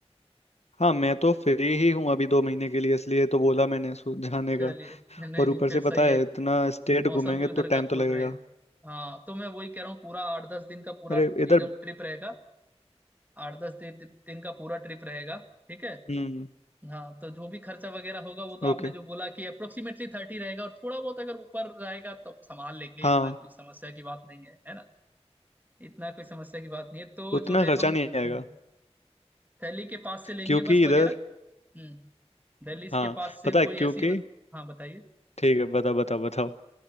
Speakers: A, on the left; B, on the right.
A: हाँ मैं तो फ्री ही हूँ अभी दो महीने के लिए इसलिए तो बोला मैंने सु- जाने
B: चलिए
A: का
B: <laughs> नहीं
A: और
B: नहीं
A: ऊपर
B: फिर
A: से पता
B: सही
A: है
B: है
A: इतना स्टेट
B: मौसम
A: घूमेंगे
B: भी
A: तो
B: उधर
A: टाइम
B: का कूल
A: तो लगेगा
B: रहेगा हाँ तो मैं वही कह रहा हूँ पूरा आठ दस दिन का पूरा
A: अरे इधर
B: एकदम ट्रिप रहेगा आठ दस दिन दिन का पूरा ट्रिप रहेगा ठीक है
A: हम्म
B: हाँ तो जो भी खर्चा वगैरह होगा वो तो आपने
A: ओके
B: जो बोला कि अप्रोक्सीमेटली थर्टी रहेगा और थोड़ा बहुत अगर ऊपर जाएगा तो संभाल लेंगे
A: हाँ
B: इतना कोई समस्या की बात नहीं है है ना इतना कोई समस्या की बात नहीं है तो
A: उतना
B: जो है
A: खर्चा
B: हम
A: नहीं आएगा
B: हम्म, दिल्ली के पास से लेंगे
A: क्योंकि
B: बस वगैरह
A: इधर
B: हम्म दिल्ली
A: हाँ
B: के पास से
A: पता
B: कोई
A: है क्योंकि
B: ऐसी मतलब हाँ बताइए
A: ठीक है बताओ बताओ बताओ